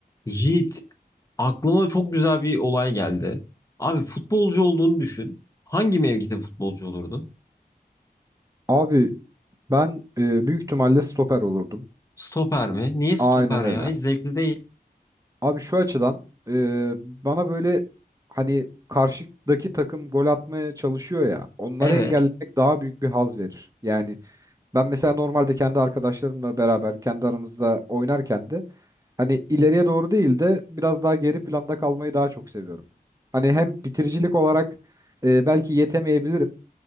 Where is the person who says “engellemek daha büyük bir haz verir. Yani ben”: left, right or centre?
Right